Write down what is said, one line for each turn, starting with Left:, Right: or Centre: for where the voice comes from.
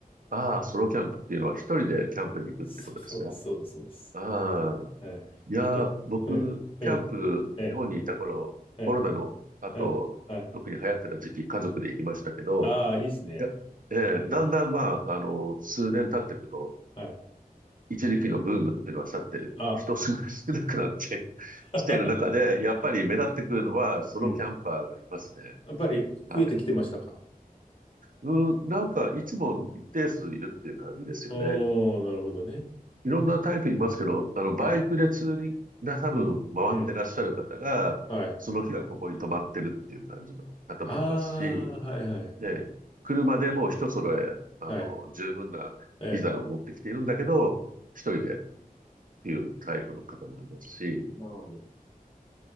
Right: ああ、ソロキャンプっていうのは一人でキャンプに行くってことですか
Left: そ、<laughs> そうです、そうです、そうです。
Right: ああ、
Left: えい。
Right: いや、
Left: ひと、
Right: 僕、
Left: うん、うん、
Right: キャンプ、
Left: ええ
Right: 日本にいた頃、
Left: ええ
Right: コロナの後、
Left: ええはい。
Right: 特に流行ってた時期、家族で行きましたけど、
Left: ああ、いいですね。
Right: いや、ええだんだんまあ、あの、数年経っていくと、
Left: うん、はい。
Right: 一時期のブームっていうのは去って、
Left: あ
Right: 人少なくなってき
Left: <laughs>
Right: <laughs> ている中で、やっぱり目立ってくるのはソロキャンパーがいますね。
Left: うん。やっぱり増えてきてましたか
Right: はい。
Left: <laughs>
Right: うん、なんかいつも一定数いるっていう感じですよね。
Left: あー、なるほどね。
Right: いろんなタイプいますけど、あの、
Left: はい。
Right: バイクでツーリングな多分回ってらっしゃる方が、
Left: うん、うん、はい。
Right: その日はここに泊まってるっていう感じの方もいますし、
Left: ああ、はい、はい、
Right: ね、車でもう一揃え、あの、
Left: はい。
Right: 十分な機材を持ってきているんだけど、
Left: ええ。
Right: 一人でっていうタイプの方もいますし、
Left: なるほど。